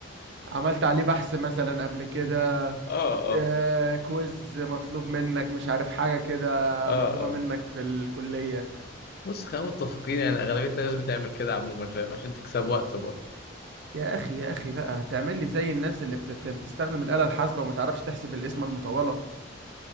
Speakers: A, on the right; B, on the left.
A: عملت عليه بحث مثلا قبل كده
B: اه اه
A: آه كويز مطلوب منك مش عارف حاجة كده
B: اه
A: مطلوبة
B: اه
A: منك في الكلية
B: بص خلينا متفقين يعني اغلبيه الناس بتعمل كده عموما فاهم عشان تكسب وقت برضه
A: يا أخي يا أخي بقى هتعمل لي زي الناس اللي بتت... بتستخدم الآلة الحاسبة وما تعرفش تحسب القسمة المطولة